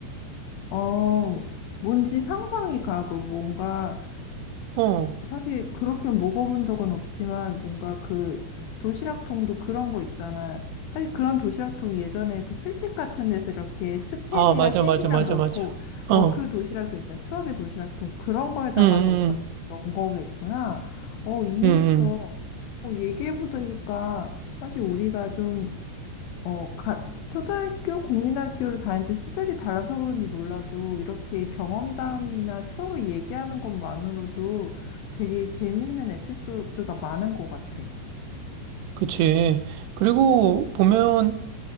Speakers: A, on the left (about 85°); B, on the right (about 80°).
A: 어, 뭔지 상상이 가고 뭔가
B: 어.
A: 사실 그렇게 먹어본 적은 없지만 뭔가 그 도시락통도 그런 거 있잖아요. 사실 그런 도시락통 예전에 그 술집 같은 데서 이렇게 스팸이랑
B: 아, 맞아,
A: 햄이랑
B: 맞아, 맞아,
A: 넣고
B: 맞아. 어.
A: 어 그 도시락도 있잖아. 추억의 도시락통 그런 거에다가
B: 음,
A: 넣었던
B: 음,
A: 넣은 거겠구나. 어 이해했어.
B: 음, 음.
A: 어 얘기해 보니까 사실 우리가 좀 어, 가, 초등학교, 국민학교를 다니던 시절이 달라서 그런지 몰라도 이렇게 경험담이나 추억을 얘기하는 것만으로도 되게 재밌는 에피소드가 많은 것 같아.
B: 그치. 그리고 보면